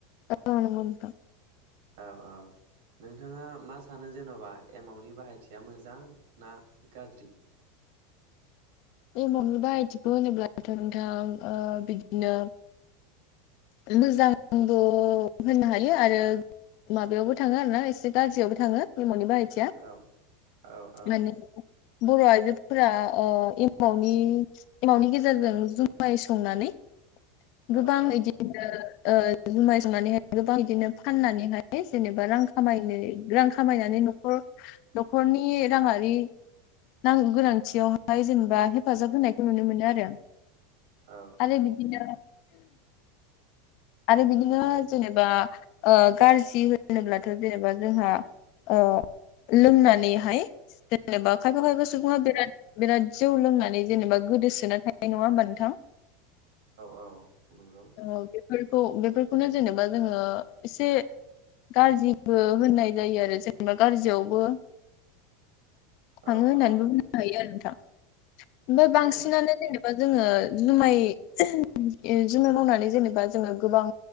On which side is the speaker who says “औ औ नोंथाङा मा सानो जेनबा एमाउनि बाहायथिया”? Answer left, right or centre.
Right